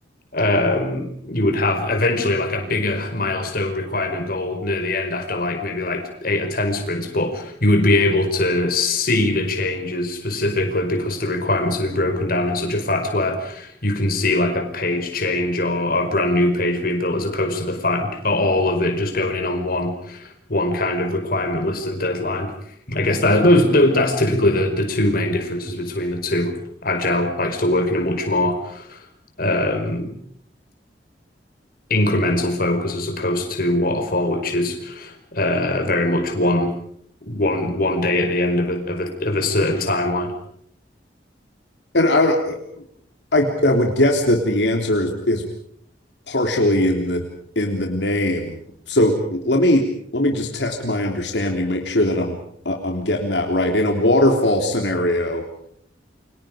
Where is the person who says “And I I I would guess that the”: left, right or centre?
Left